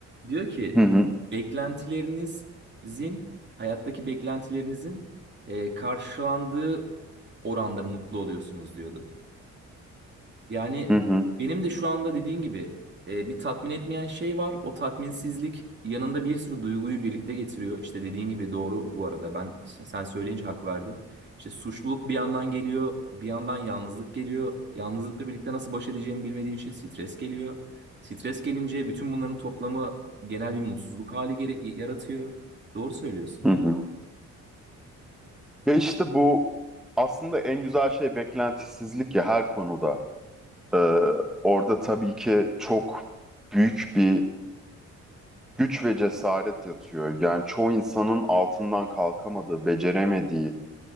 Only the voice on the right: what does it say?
Diyor ki
beklentilerinizin hayattaki beklentilerinizin e, karşılandığı oranda mutlu oluyorsunuz diyordu. Yani
benim de şu anda dediğin gibi e, bir tatmin etmeyen şey var. O tatminsizlik yanında bir sürü duyguyu birlikte getiriyor. İşte dediğin gibi doğru bu arada. Ben işte sen söyleyince hak verdim. İşte suçluluk bir yandan geliyor, bir yandan yalnızlık geliyor. Yalnızlıkla birlikte nasıl baş edeceğimi bilmediğim için stres geliyor. Stres gelince bütün bunların toplamı genel bir mutsuzluk hali gere- yaratıyor. Doğru söylüyorsun.